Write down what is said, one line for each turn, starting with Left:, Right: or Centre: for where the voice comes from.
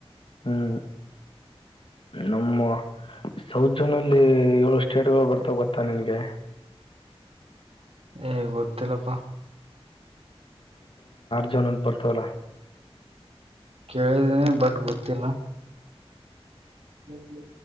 Left: ಹ್ಮ್ ನಮ್ಮ ಸೌತ್ ಜೋನ ಅಲ್ಲಿ ಏಳು ಸ್ಟೇಟ್ಗಳು ಬರ್ತಾವ ಗೊತ್ತಾ ನಿನ್ಗೆ
Right: ಏ ಗೊತ್ತಿಲ್ಲಪ್ಪಾ
Left: ಜನತ್ ಬರ್ತಲ್ಲ
Right: ಕೇಳಿದೀನಿ ಬಟ್ ಗೊತ್ತಿಲ್ಲ ಹ್ಮ